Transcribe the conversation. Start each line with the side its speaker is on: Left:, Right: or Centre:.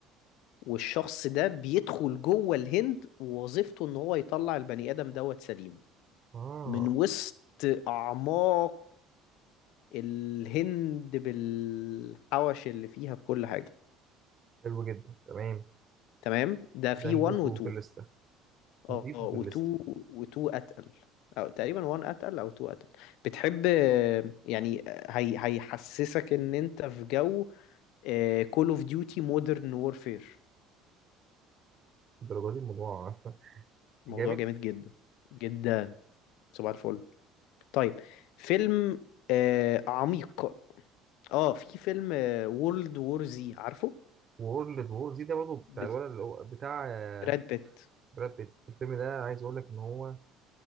Left: والشخص ده بيدخل جوه الهند ووظيفته ان هو يطلع البني ادم دوت سليم
Right: اه
Left: من وسط اعماق الهند بالحوش اللي فيها بكل حاجة
Right: حلو جدا تمام
Left: تمام ده في
Right: ده نضيفه
Left: 1 و2
Right: في الليستة نضيفه
Left: اه وتو
Right: في الليستة
Left: وتو اتقل او تقريبا وان اتقل او تو اتقل بتحب يعني هي هيحسسك ان انت في جو كول اوف ديوتي مودرن وورفير
Right: الدرجة دي الموضوع <laughs>
Left: موضوع
Right: جامد
Left: جامد جدا جدا صباح الفل طيب فيلم آه عميق اه في فيلم وورلد وور زي عارفه
Right: وورلد وور زي ده برضه
Left: ب-
Right: بتاع الولد اللي هو بتاع آه،
Left: براد بيت
Right: براد بيت الفيلم ده عايز اقول لك ان هو